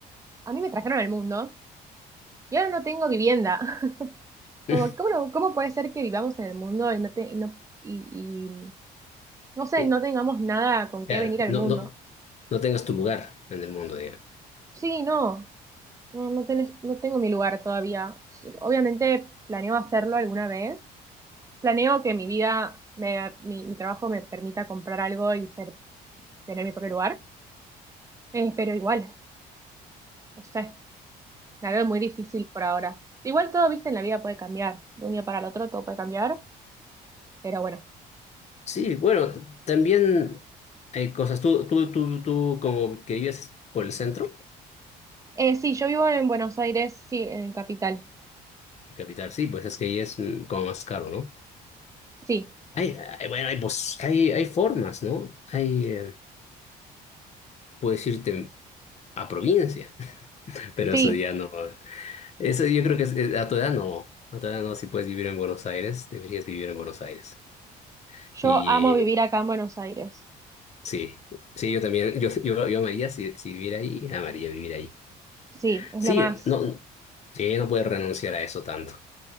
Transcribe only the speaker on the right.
a mí me trajeron al mundo y ahora no tengo vivienda. <laughs>
Como, ¿cómo, no- cómo puede ser que vivamos en el mundo y no, te- y no, y, y, no sé,
no tengamos nada con
qué venir al
mundo?
Sí, no. No, no tenés- no tengo mi lugar todavía. S- Obviamente planeo hacerlo alguna vez. Planeo que mi vida, me- mi, mi trabajo me permita comprar algo y ser, tener mi propio lugar. Eh, pero igual, no sé, la veo muy difícil por ahora. Igual todo, viste, en la vida puede cambiar. De un día para el otro todo puede cambiar, pero bueno.
Eh, sí, yo vivo en Buenos Aires, sí, en Capital.
Sí,
sí,
yo
amo
vivir acá en Buenos Aires.
Sí, es
lo más.